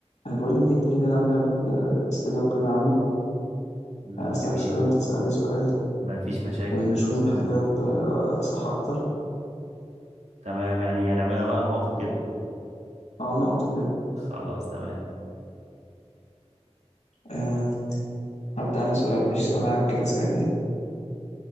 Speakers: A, on the left; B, on the right.
A: أنا بقول لك إيه تيجي نلعب لعبة آه، أسئلة وكده عامة
B: مم،
A: أنا أسألك
B: جميل
A: سؤال وأنت تسألني سؤال
B: ما فيش مشاكل
A: ونشوف مين
B: يلا بينا
A: هيجاوب آه، صح أكتر
B: تمام يعني هنعملها بقى نقط وكده
A: أه نقط وكده
B: خلاص تمام
A: أه هبدأ أنا سؤال مش سؤال عام كده سهل يعني